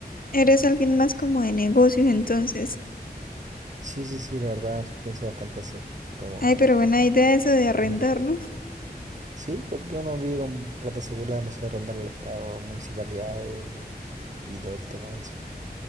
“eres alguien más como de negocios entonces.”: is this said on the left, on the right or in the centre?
Left